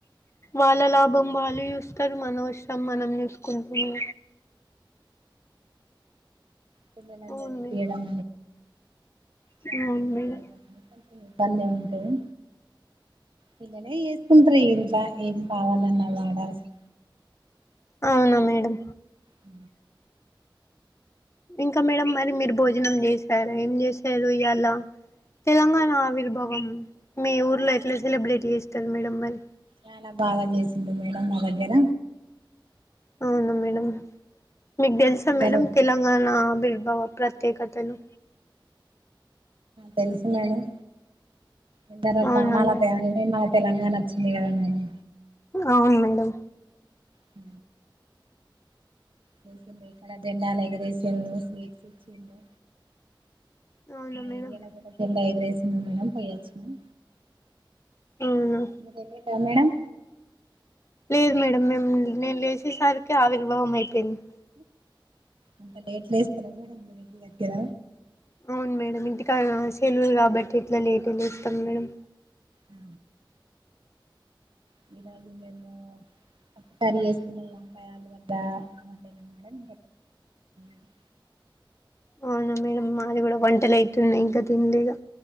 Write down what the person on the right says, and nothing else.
పిల్లలను
చదిపియడం
షాపింగ్
చేయడం అ కొంచెం ఇబ్బందే ఉంటది పిల్లలే చేసుకుంటరు ఇగా ఇంట్లో ఏం కావాలన్నా వాడాల్సి
అ
చాలా బాగా చేసింది మేడం మా దగ్గర
అందరూ
తెలుసు మేడం ఎందరో
ప్రాణాల
<unintelligible> తెలంగాణ వచ్చింది కదా మేడం
హ చేసింది ఇక్కడ జెండాలు ఎగర వేసిళ్లు స్వీట్స్ ఇచ్చిళ్లు
మా
ఏరియాలో కూడా జెండా ఎగరేసిళ్ళు మేడం పోయి వచ్చినం
మీరేళ్లిళ్ల మేడం
అంత లేట్ లేస్తారా మేడం మీరు ఇంటి దగ్గర
ఆ <unintelligible> ఒక్కసారి <unintelligible> వంకాయ ఆలుగడ్డ వండిన మేడం <unintelligible>